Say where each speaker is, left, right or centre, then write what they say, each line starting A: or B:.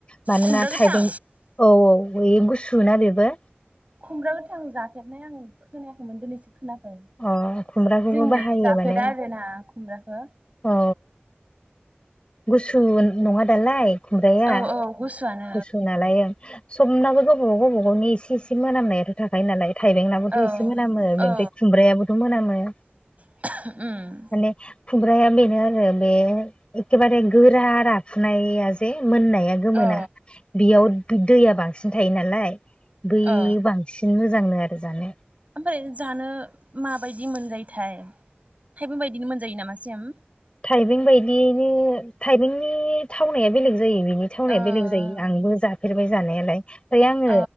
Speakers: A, on the left (about 25°); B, on the right (about 40°).
A: मानोना
B: खुमब्रा गोथां
A: थाइबें औ औ बै गुसुना बेबो।
B: खुमब्रा गोथां जाफेरनाय आं खोनायाखैमोन दिनैसो खोनाखो
A: अ खुमब्राखौबो
B: जोंनिजों
A: बाहायो
B: जाफेरा
A: माने
B: आरो ना खुमब्राखौ।
A: औ गुसु नङा दालाय खुमब्राया
B: औ औ गुसुयानो।
A: गुसु नालाय ओ समनाबो गावबागाव गावबा गावनि एसे एसे एसे मोनामनायाथ' थाखायो नालाय थाइबेंनाबोथ'
B: औ
A: एसे मोनामो बेनिफ्राय
B: औ
A: खुमब्रायाबोथ' मोनामो।
B: उम
A: माने खुमब्राया बेनो आरो बे एखेबारे गोरा राफुनाया जे मोननाया गोमोना
B: औ
A: बेयाव दैया बांसिन थायो नालाय बै
B: औ
A: बांसिन मोजांनो आरो जानो
B: ओमफ्राय जानो माबायदि मोनजायोथाय थाइबें बायदिनो मोनजायो नामा सेम
A: थाइबें बायदियैनो थाइबेंनि थावनाया बेलेग जायो बेनि
B: ओ
A: बेलेग जायो आंबो जाफेरबाय जानायालाय ओमफ्राय आङो
B: अ